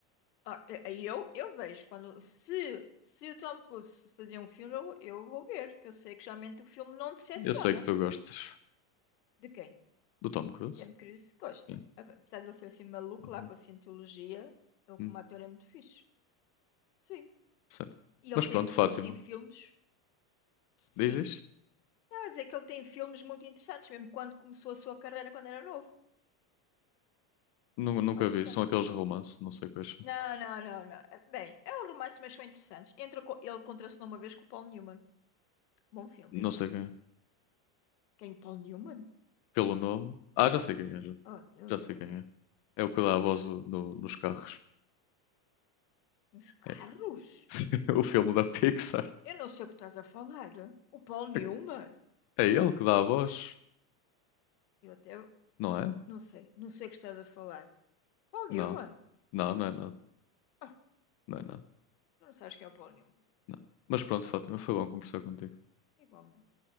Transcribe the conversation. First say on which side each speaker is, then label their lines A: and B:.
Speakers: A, on the left; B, on the left.
A: Ah, eh, eh, eu, eu vejo quando se, se o Tom Cruise fazia um filme, eu, eu vou ver, que eu sei que geralmente o filme não decepciona.
B: Eu sei que tu gostas
A: De quem?
B: do Tom Cruise.
A: de Tom Cruise, gosto.
B: Sim.
A: Apesar de ele ser assim maluco
B: Uhum.
A: lá com a cientologia, ele como
B: Hum,
A: ator é muito fixe. Sim.
B: certo.
A: E ele
B: Mas
A: tem,
B: pronto, Fátima.
A: e ele tem filmes, sim.
B: Diz, diz.
A: Eu ia dizer que ele tem filmes muito interessantes, mesmo quando começou a sua carreira quando era novo.
B: Nu- Nunca
A: Vale
B: vi.
A: a pena.
B: São aqueles de romance. Não sei quais são.
A: Não, não, não, não. Bem, é um romance, mas são interessantes. Entra co- ele contracenou uma vez com o Paul Newman. Bom filme
B: Não
A: esse.
B: sei quem é.
A: Quem, o Paul Newman?
B: Pelo nome. Ah, já sei quem é.
A: Ai,
B: Já,
A: oh, meu
B: já
A: Deus.
B: sei quem é. É o que dá a voz do- no- nos carros.
A: Nos carros?
B: É. <laughs> O filme da Pixar.
A: Eu não sei o que estás a falar. O Paul Newman?
B: É que- é ele que dá a voz.
A: Eu até
B: Não é?
A: não sei. Não sei o que estás a falar. Paul Newman?
B: Não. Não, não é nada.
A: Ah,
B: Não é nada.
A: tu não sabes quem é o Paul Newman.
B: Não. Mas pronto, Fátima. Foi bom conversar contigo.
A: Igualmente.